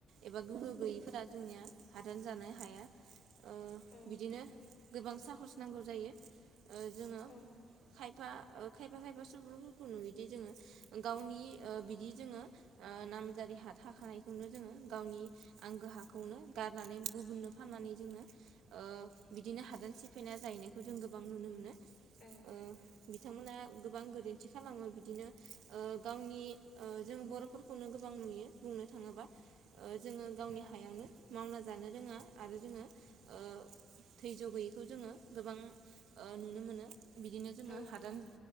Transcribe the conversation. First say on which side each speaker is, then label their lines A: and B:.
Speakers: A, on the right; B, on the left.
A: एबा गोहो गैयैफोरा जोंनिया हादान जानो हाया ओ
B: औ
A: बिदिनो गोबां साहस नांगौ जायो ओ जोङो
B: औ
A: खायफा ओ खायफा खायफा सुबुंफोरखौ नुयोदि जोङो गावनि ओ बिदि जोङो ओ नामजारि हा थाखानायखौनो जोङो गावनि आंगो हाखौनो गारनानै गुबुननो फाननानै जोङो ओ बिदिनो हादान सिफायना जाहैनायखौ जों गोबां नुनो मोनो
B: औ
A: ओ बिथांमोना गोबां गोरोन्थि खालामो बिदिनो ओ गावनि ओ जों बर'फोरखौनो गोबां नुयो बुंनो थाङोबा ओ जोङो गावनि
B: औ
A: हायावनो मावना जानो रोङा आरो जोङो ओ घैयज्य गैयैखौ जोङो गोबां ओ नुनो मोनो बिदिनो जोङो
B: औ
A: हादान
B: नंगौ